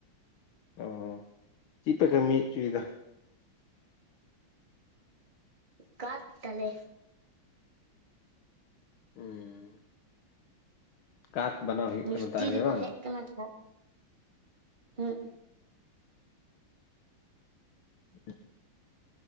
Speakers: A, on the left; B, on the right.
A: ᱚ ᱪᱮᱫ ᱯᱮ ᱠᱟᱹᱢᱤ ᱚᱪᱚᱭᱮᱫᱟ?
B: ᱠᱟᱸᱫᱽ ᱫᱟᱞᱮ ᱾
A: ᱦᱩᱸ <unintelligible> ᱠᱟᱸᱛ ᱵᱮᱱᱟᱣ ᱦᱩᱭᱩᱜ
B: ᱢᱤᱥᱴᱤᱨᱤ
A: ᱠᱟᱱᱟ ᱛᱟᱦᱚᱞᱮ ᱵᱟᱝ?
B: ᱠᱚ ᱦᱮᱸᱡ ᱠᱟᱱᱟ ᱠᱚ ᱦᱩᱸᱼᱼ
A: <inaudible>